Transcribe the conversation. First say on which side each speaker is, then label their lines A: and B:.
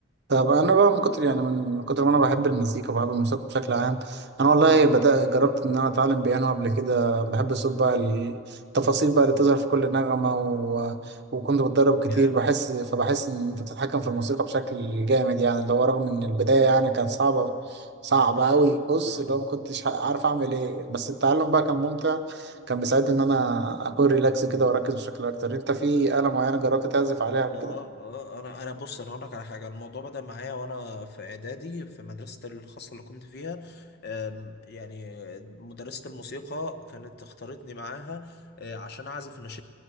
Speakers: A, on the right; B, on the left.
A: طب انا بقى من كتر يعني من كتر ما انا بحب المزيكا وبحب الموسيقى بشكل عام انا والله
B: مم.
A: بدأت جربت ان انا اتعلم بيانو قبل كده بحب الصوت بقى التفاصيل بقى اللي بتظهر في كل نغمة و... وكنت بتدرب كتير
B: جامد
A: بحس فبحس ان انت بتتحكم في الموسيقى بشكل جامد يعني اللي هو رغم ان البداية يعني كانت صعبة صعبة
B: اه
A: قوي بص
B: اه اه
A: اللي هو ما كنتش عارف اعمل ايه بس التعلم بقى كان
B: مم.
A: ممتع كان بيساعدني ان انا اكون ريلاكس كده واركز بشكل اكتر انت في آلة معينة جربت تعزف عليها قبل
B: اه
A: كده؟
B: اه انا انا بص انا هقول لك على حاجه الموضوع بدا معايا وانا في اعدادي في مدرسه الخاصه اللي كنت فيها آم، يعني مدرسه الموسيقى كانت اختارتني معاها آه، عشان اعزف النشيد